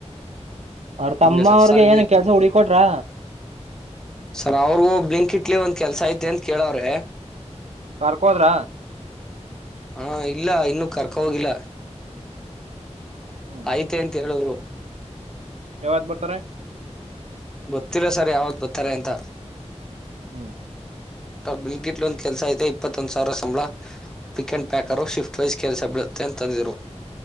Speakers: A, on the right; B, in the centre.
A: ಅವ್ರ್
B: ಹಂಗೆ
A: ತಮ್ಮ
B: ಸರ್
A: ಅವ್ರಿಗೆ
B: ಸರ್ ಇಲ್ಲಿ
A: ಏನು ಕೆಲಸ ಹುಡುಕಿ ಕೊಟ್ರಾ.
B: ಸರ್ ಅವ್ರಗೂ ಬ್ಲಿಂಕ್ ಇಟ್ಲಿ ಒಂದ್ ಕೆಲಸ ಐತೆ ಅಂತ ಕೇಳವ್ರೆ.
A: ಕರ್ಕೊ ಹೋದ್ರ
B: ಹಾ ಇಲ್ಲ ಇನ್ನೂ ಕರಕೊ ಹೋಗಿಲ್ಲ
A: ಹ್ಮ್
B: ಆಯ್ತೆ ಅಂತ ಹೇಳಿದ್ರು.
A: ಯಾವಗ್ ಬರ್ತಾರೆ.
B: ಗೊತ್ತಿಲ್ಲ ಸರ್ ಯಾವತ್ ಬತ್ತಾರೆ ಅಂತ
A: ಹ್ಮ್
B: ಬ್ಲಿಂಕ್ ಇಟ್ ಒಂದು ಕೆಲಸ ಐತೆ ಇಪ್ಪತ್ತೊಂದು ಸಾವಿರ ಸಂಬಳ pick and packer
A: hmm
B: ship ಪ್ಟ್ wise ಕೆಲಸ ಬಿಳುತ್ತೆ ಅಂತಂದಿದ್ರು